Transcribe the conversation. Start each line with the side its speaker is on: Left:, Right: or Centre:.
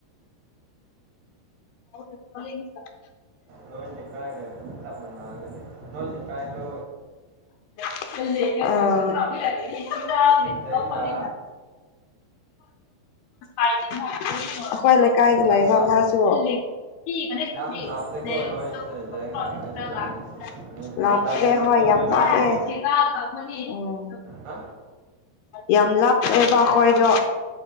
Left: <unintelligible>
Right: ꯅꯣꯏ ꯂꯩꯀꯥꯏꯗ ꯇꯞꯅꯥ ꯉꯪꯒꯅꯤ ꯅꯣꯏ ꯂꯩꯀꯥꯏ ꯗꯣ
Left: <unintelligible>
Right: ꯖꯦꯡꯒ
Left: ꯑꯩꯈꯣꯏ ꯂꯩꯀꯥꯏꯗ
Right: ꯌꯥꯝ
Left: ꯂꯩꯕ
Right: ꯅꯥꯞ
Left: ꯑꯃꯁꯨ <unintelligible>
Right: ꯌꯥꯝ ꯅꯥꯞꯇꯦꯀꯣ ꯅꯣꯏ ꯁꯦ ꯂꯦꯡꯒ ꯑꯩꯁꯨ ꯈꯪꯉꯦ ꯃꯤ ꯃꯤꯗꯜꯗꯅꯦꯀꯣ
Left: ꯑꯦ ꯍꯣꯏ ꯌꯥꯝ
Right: ꯅꯣꯏ ꯂꯩꯕꯗꯣ
Left: ꯂꯞꯑꯥ ꯎꯝ
Right: ꯍꯥ
Left: ꯌꯥꯝ ꯂꯥꯞꯈ꯭ꯔꯦꯕ ꯑꯩꯈꯣꯏꯗꯣ